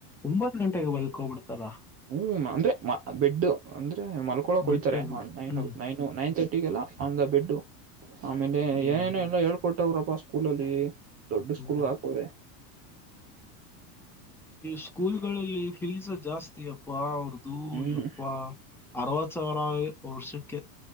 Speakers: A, in the centre; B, on the right.
A: ಒಂಬತ್ ಗಂಟೆಗೆ ಬದಕ್ ಹೋಗ್ಬಿಡ್ತಾರಾ
B: ಹ್ಮ ಅಂದ್ರೆ ಬೆಡ್ ಅಂದ್ರೆ ಮಲ್ಕೊಳಕ್
A: ಬೆಟ್ಟ
B: ಹೋಯ್ತಾರೆ
A: ಹ್ಮ್
B: ನೈನ್
A: ಹ್ಮ್
B: ನೈನ್ ನೈನ್ ತರ್ಟಿ ಎಲ್ಲ ಒಂದ ಬೆಡ್ಡು ಆಮೇಲೆ
A: ಹ್ಮ್
B: ಏನೇನು ಎಲ್ಲ ಹೇಳ್ಕೊಟ್ಟಾವ್ರಪ್ಪಾ ಸ್ಕೂಲಲ್ಲಿ ದೊಡ್ಡ
A: ಹ್ಮ್
B: ಸ್ಕೂಲ್ ಆಾಕೋರೆೆ
A: ಸ್ಕೂಲ್ ಗಳಲ್ಲಿ ಫೀಸ್ ಜಾಸ್ತಿ ಜಸ್ತಿ ಅಪ್ಪ ಅವ್ರದುು
B: ಹ್ಮ್
A: ಯಪ್ಪ ಅರವತ್ ಸಾವಿರ ವರ್ಷಕ್ಕೆ